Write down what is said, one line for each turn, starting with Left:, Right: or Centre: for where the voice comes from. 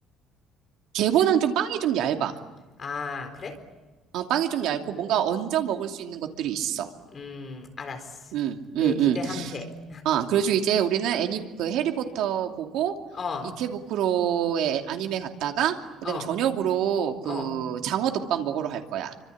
Right: 걔보단 좀 빵이 좀 얇아.
Left: 아, 그래?
Right: 어, 빵이 좀 얇고 뭔가 얹어 먹을 수 있는 것들이 있어.
Left: 음, 알았어.
Right: 음, 음,
Left: 네, 기대함세.
Right: 음. 아, 그래가지고 이제 우리는 애니, 그 해리포터 보고
Left: 어,
Right: 이케부쿠로의 아님에 갔다가 그다음에
Left: 어,
Right: 저녁으로 그
Left: 어,
Right: 장어덮밥 먹으러 갈 거야.